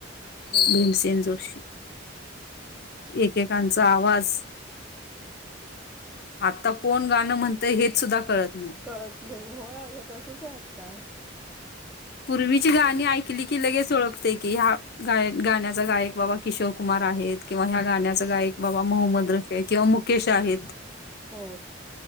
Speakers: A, in the centre; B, on the left (about 55°).
A: होय
B: भीमसेन जोशी. एकेकांचा आवाज आता कोण गाणं म्हणतंय हेच सुद्धा कळत नाही.
A: कळत नाही होय अगं तसच आहे आता
B: पूर्वीची
A: करत
B: गाणी ऐक कि लगे ओळखते की हा गा गाण्याचा गायक बाबा किशोर कुमार आहेत. किंवा या गाण्याचा गायक बाबा मोहम्मद रफे आहे किंवा मुकेश आहेत.
A: हो.